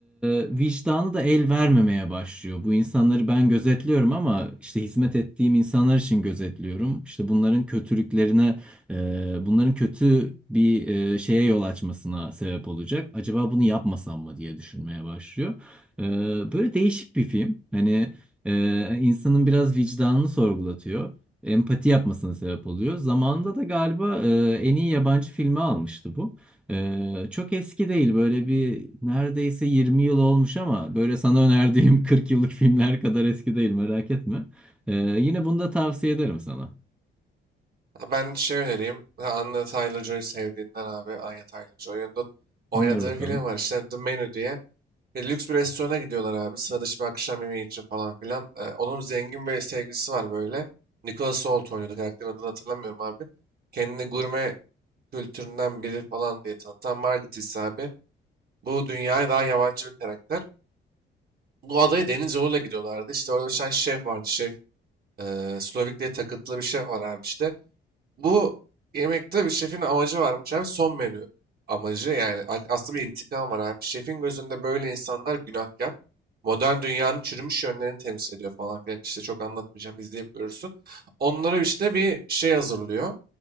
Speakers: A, in the centre; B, on the right (about 50°).
A: e, vicdanı da el vermemeye başlıyor. Bu insanları ben gözetliyorum ama işte hizmet ettiğim insanlar için gözetliyorum. İşte bunların kötülüklerine, e, bunların kötü bir e, şeye yol açmasına sebep olacak. Acaba bunu yapmasam mı diye düşünmeye başlıyor. E, böyle değişik bir film. Hani e, insanın biraz vicdanını sorgulatıyor. Empati yapmasına sebep oluyor. Zamanında da galiba e, en iyi yabancı filmi almıştı bu. Ee, çok eski değil böyle bir neredeyse 20 yıl olmuş ama böyle sana önerdiğim <laughs> 40 yıllık filmler kadar eski değil merak etme. Ee, yine bunu da tavsiye ederim sana.
B: Ha, Ben şey önereyim. Ha, Anya Taylor-Joy sevdiğinden abi. Anya Taylor-Joy'un oynadığı
A: Öner bakalım.
B: film var işte The Menu diye. Ve lüks bir restorana gidiyorlar abi. Sıra dışı bir akşam yemeği için falan filan. Ee, onun zengin bir sevgilisi var böyle. Nicholas Hoult oynuyordu. Karakterin adını hatırlamıyorum abi. Kendini gurme kültüründen biri falan diye tanıtan Margaret ise abi. Bu dünyaya daha yabancı bir karakter. Bu adaya deniz yoluyla gidiyorlardı. İşte orada bir tane şef vardı. Şef e, Slovak diye takıntılı bir şef var abi işte. Bu yemekte bir şefin amacı varmış abi. Son menü amacı yani a- aslında bir intikam var abi. Şefin gözünde böyle insanlar günahkar. Modern dünyanın çürümüş yönlerini temsil ediyor falan filan. İşte çok anlatmayacağım izleyip görürsün. Onlara işte bir şey hazırlıyor.